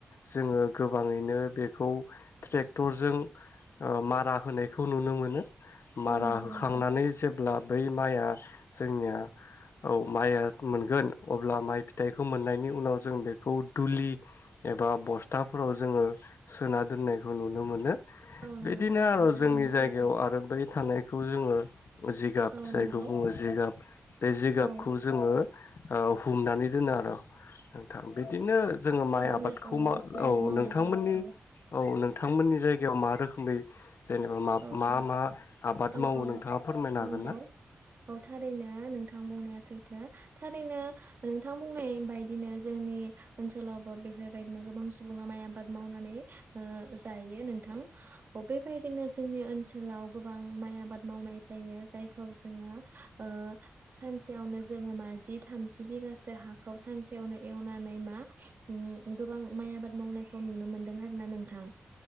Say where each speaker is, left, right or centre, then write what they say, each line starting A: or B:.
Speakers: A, on the left; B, on the right.
A: जोङो गोबाङैनो बेखौ ट्रेक्टरजों मारा होनायखौ नुनो मोनो मारा
B: औ नंगौ
A: होखांनानै
B: नोंथां
A: जेब्ला बै माइआ जोंनिया औ माइया मोनगोन अब्ला माइ फिथाइखौ मोननायनि उनाव जों बेखौ दुलि एबा बस्थाफोराव जोङो सोना दोननायखौ नुनो मोनो। बिदिनो
B: औ नंगौ नोंथां
A: आरो
B: थारैनो
A: जोंनि जायगायाव
B: सैथो
A: आरो बै थानाय खौ जोङो जायखौ
B: औ नंगौ
A: बुङो जिगाब बे जिगाबखौ
B: औ
A: जोङो ओ हुंनानै दोनो आरो नोंथां बिदिनो जोङो माइ
B: बिदिनो
A: आबादखौ
B: माइ
A: औ
B: आबाद मावनाय
A: नोंथांमोननि
B: जायो औ
A: औ नों थांमोननि जायगायाव मा रोखोमै जेनेबा मा
B: औ
A: मा मा आबाद
B: औ
A: मावो
B: औ
A: नोंथाङा फोरमायनो
B: नंगौ
A: हागोन ना?
B: औ थारैनो नोंथां बुंनाया सैथो थारैनो नोंथां बुंनाय बायदिनो जोंनि ओनसोलावबो बेफोरबायदिनो गोबां सुबुङा माइ आबाद मावनानै ओ जायो नोंथां औ बेबायदिनो जो जोंनि ओनसोलाव गोबां माइ आबाद मावनाय जायो जायखौ जोङो ओ सानसेयावनो जोङो माजि थामजि बिगासो हाखौ सानसेयावनो एवनानै मा ओम गोबां माइ आबाद मावनायखौ नुनो मोनदों आरोना नोंथां।